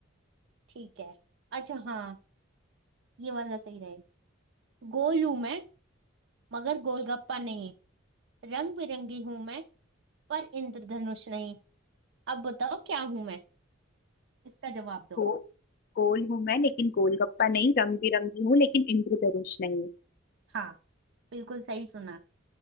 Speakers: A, on the right; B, on the left.
A: ठीक है अच्छा हाँ ये वाला सही रहेगा गोल हूं मैं मगर गोलगप्पा नहीं रंग बिरंगी हूं मैं पर इंद्रधनुष नहीं अब बताओ क्या हूं मैं इसका जवाब दो
B: गो, गोल हूं मैं लेकिन गोलगप्पा नहीं रंग बिरंगी हूँ लेकिन इंद्रधनुष नहीं
A: हाँ बिल्कुल सही सुना